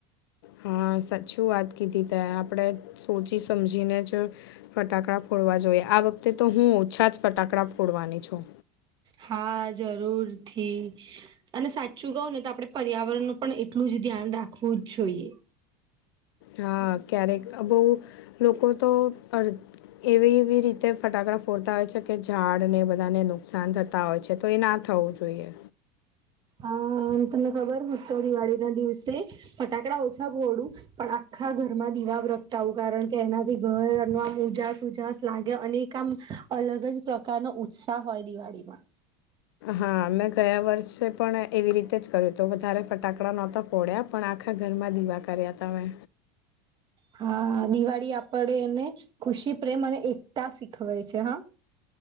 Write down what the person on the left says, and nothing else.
હા સાચું વાત કીધી ત આપણેે સોચી સમજીને જ ફટાક ડા ફોડવા જોઈએ. આ વખતે તો હું ઓછા જ ફટાકડા ફોડવાની છું.
હા ક્યારેક બઉ લોકો તો અર એવી એવી રીતે ફટાકડા ફોડતા હોય છે. કે ઝાડને બધાને નુકસાન થતાં હોય છે, તો એ ના થવું જોઈએ.
હા મેં ગયા વર્ષે પણ એવી રીતે જ કર્યું તું વધારે ફટાકડા નહોતા ફો ફોડ્યા, પણ આખા ઘરમાં દીવા કર્યા તા મે